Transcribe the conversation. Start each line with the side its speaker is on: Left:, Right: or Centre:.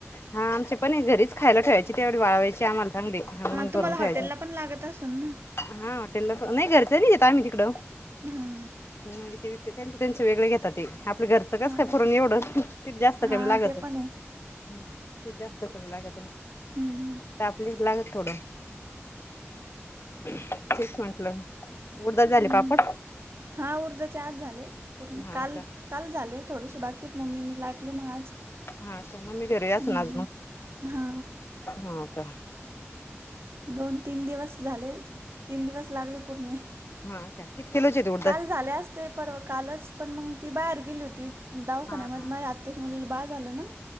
Left: हा आमचे पण हे घरीच खायला ठेवायचे तेवढी वाळवायची आम्हाला चांगली हा मंग
Right: तुम्हाला
Left: भरून ठेवायचे
Right: हॉटेलला पण लागत असन ना
Left: हा हॉटेलला प नाई घरचं नाई येत आम्ही तिकडं
Right: हा
Left: नाई ते विकते त्यांच त्यांचं वेगळे घेता ते आपलं घरचं कस
Right: हा
Left: काय पुरून एवढं तित जास्त टाईम
Right: हा
Left: लागतं
Right: ते पण आहे
Left: हम तीत जास्त कमी लागत ना
Right: हम्म
Left: फक्त आपलीच लागत थोडं तेच म्हंटलं उडदाच झाले
Right: हम्म
Left: पापड
Right: हा ऊळदाचे आज झाले पूर्ण
Left: हा
Right: काल.
Left: का
Right: काल झाले थोडेशी बाकीत मम्मीनी लाटले मग आज.
Left: हा का मग मी घरी असणार
Right: हम्म.
Left: ना
Right: हा
Left: हो का.
Right: दोन तीन दिवस झाले तीन दिवस लागले पूर्ण हे.
Left: हा काय. किति क्यीलो चे देवु
Right: काल झाले असते परवा कालच पण मग ती बाहेर गेली होती दावाखान्यामध्ये
Left: हा हा
Right: माझ्या आत्या. आत्याच्या मुलीला बाळ झालं ना